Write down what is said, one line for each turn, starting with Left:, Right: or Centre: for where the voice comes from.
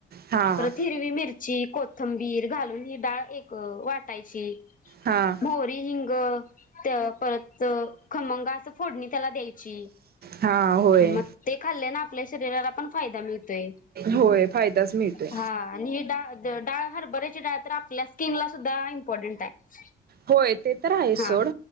Right: हा
Left: परत हिरवी मिरची, कोथंबीर घालून ही डाळ एक वाटायची
Right: हा
Left: मोहरी, हिंग त्या परत खमंगा असं फोडणी त्याला द्याय ची,
Right: हा होय.
Left: मग खाल्ल्याने आपल्या शरीराला पण फायदा मिलतोय,
Right: होय फायदाच मिळतोय.
Left: ही डाळ द हरभऱ्याची डाळ तर आपल्या स्किनला सुद्धा इम्पॉर्टंट आहे
Right: होय ते तर आहे सोड
Left: हा